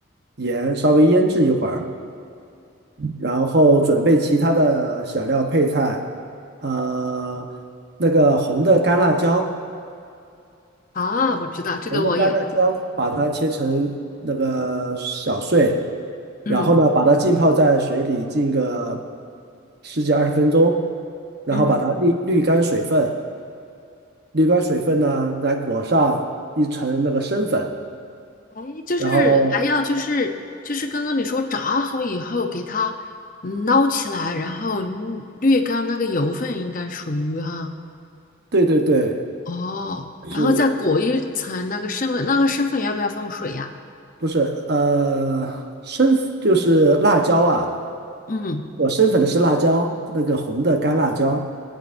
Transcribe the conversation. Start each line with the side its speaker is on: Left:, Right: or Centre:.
Right: 盐稍微腌制一会儿，然后准备其他的小料配菜，呃，那个红的干辣椒。
Left: 啊，我知道这个我有，
Right: 我们的干辣椒把它切成那个小碎，
Left: 嗯
Right: 然后呢，把它浸泡在水里浸个十几二十分钟，然后把它沥沥干水分，
Left: 嗯，
Right: 沥干水分呢，再裹上一层那个生粉，
Left: 哎，就是还要就是就是刚刚你说炸好以后给它嗯捞起来，
Right: 然后
Left: 然后滤略干那个油分，应该属于哈
Right: 对对对，
Left: 哦，然后再裹一层那个生粉，
Right: 是
Left: 那个生粉要不要放水呀？
Right: 不是呃生就是辣椒啊？
Left: 嗯
Right: 我生粉的是辣椒，那个红的干辣椒，